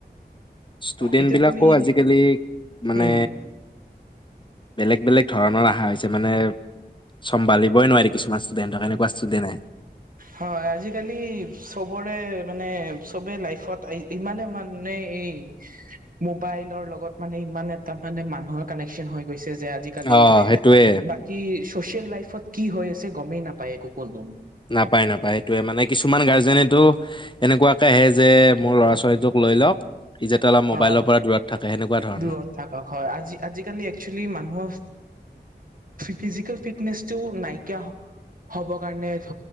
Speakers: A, on the left; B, on the right.
A: ষ্টুডেন্ট
B: এতিয়া
A: বিলাকো
B: তুমি
A: আজিকালি মানে
B: উম,
A: বেলেগ বেলেগ ধৰণৰ আহা হৈছে মানে চম্ভালিবই নোৱাৰি কিছুমান ষ্টুডেন্টক এনেকুৱা ষ্টুডেন্ট আহে
B: হয় আজিকালি চবৰে মানে চবে লাইফত ইমানে মানে এই মোবাইলৰ লগত মানে ইমান এটা মানে মানুহৰ কানেকশ্বন হৈ গৈছে যে আজিকালি
A: অ সেইটোয়ে
B: বাকী চচিয়েল লাইফত কি হৈ আছে গমেই নাপায় একো কোনো
A: নাপায় নাপায় সেইটোয়ে মানে কিছুমান গাৰ্জেনেটো এনেকোৱাকে আহে যে মোৰ ল'ৰা ছোৱালী তোক লৈ লওক ই যাতে অলপ মোবাইলৰ
B: অ,
A: পৰা দূৰত থাকে সেনেকুৱা ধৰণৰ
B: দূৰত থাকক হয় আজি আজিকালি একচুৱেলি মানুহৰ ফিজিকেল ফিটনেচটো নাইকিয়া হৈ হ'ব কাৰণে ধ